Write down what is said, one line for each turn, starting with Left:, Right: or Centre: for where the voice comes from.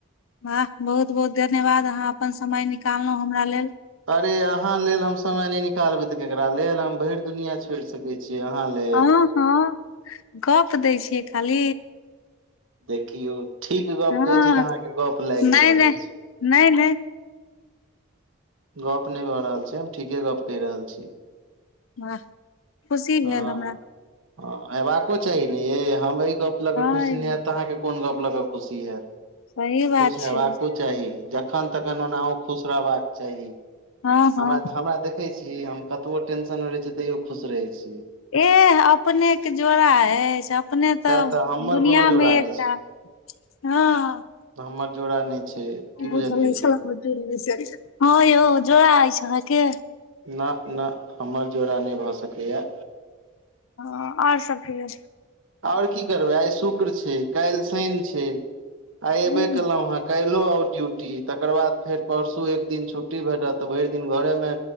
Left: वाह, बहुत बहुत धन्यवाद अहाँ अपन समय निकाललहुं हमरा लेल।
Right: अरे अहाँ लेल हम समय नहि निकालबै त केकरा लेल हम भरि दुनिया छोड़ि सकै छी। छियै अहाँ लेल।
Left: हँ हँ गप दै छियै खाली।
Right: देखियौ, ठीक गप
Left: हँ
Right: कहै छी तऽ अहाँके गप लागि
Left: नहि
Right: रहल
Left: नहि
Right: अछि।
Left: नहि नहि
Right: गप नहि भऽ रहल छै हम ठीके गप कहि रहल छी।
Left: वाह। खुशी
Right: हँ,
Left: भेल हमरा
Right: हेबाको चाही ने यै हम ऐ गप लऽ
Left: हँ
Right: के खुशी
Left: यौ
Right: न हैत तऽ अहाँके कोन गप लऽ के खुशी हैत,
Left: सही बात
Right: खुश
Left: छै
Right: हेबाको चाही जखन तखन ओनाहो खुश रहबाक चाही।
Left: हँ हँ
Right: हमरा हमरा देखै छी हम कतबो टेंशन मे रहै छी तैयो खुश रहै छियै।
Left: एह अपने के जोड़ा अछि अप अपने तऽ
Right: सएह हमर
Left: दुनिया
Right: कोनो जोड़ा
Left: मे एकटा
Right: नहि छै
Left: हँ,
Right: हमर जोड़ा नहि छै
Left: बुझल
Right: की बुझलियै
Left: नहि छला हम ह यौ जोड़ अछि अहाँके।
Right: ना ना हमर जोड़ा नहि भऽ सकैया।
Left: ह और सब कहियौ?
Right: और की करबै आइ शुक्र छय काल्हि शनि छय। आइ एबे
Left: हूँ
Right: केलहु हेँ काल्हो आउ ड्यूटी तकर बाद फेर परसू एक दिन छुट छुट्टी भेटत त भरि दिन घरे मे